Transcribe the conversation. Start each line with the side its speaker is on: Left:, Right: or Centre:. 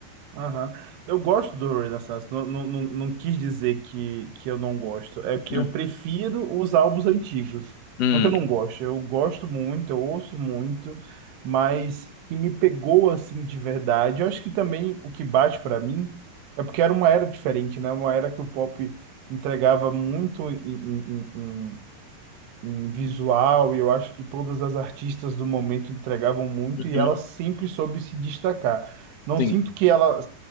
Right: Aham. Eu gosto do Rolling Stones. Não, não, não, não quis dizer que, que eu não gosto. É que
Left: Hum,
Right: eu prefiro os álbuns antigos.
Left: hum,
Right: Não que eu não gosto. Eu gosto muito, eu ouço muito, mas que me pegou assim de verdade. Eu acho que também o que bate pra mim é porque era uma era diferente, né? Uma era que o pop entregava muito em, em, em- em visual, e eu acho que todas as artistas do momento entregavam muito
Left: uhum,
Right: e ela sempre soube se destacar. Não
Left: sim,
Right: sinto que ela.